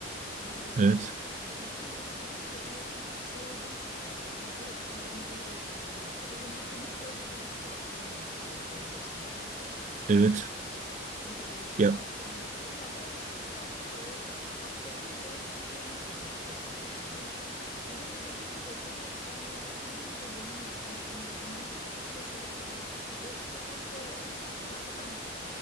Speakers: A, on the left; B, on the right.
A: E, hani
B: Evet,
A: bugün bugün öyle gidince bir şey oldum tekrar. Ya evet kendimize iyi bakmamız gerekiyor. Az önce senin <laughs> söylediğin gibi hasta olmamak gerekiyor en başından.
B: evet.
A: Çünkü olduktan
B: Ya
A: sonrası ya veya işte biraz daha o hastalığın gerekliliklerini de bilmek gerekiyor sanırım. Çünkü hani dediğim gibi o koca hastanelerde benim bile yönüm ya hani bunların hepsi şaşarken o işte çok da zaten çok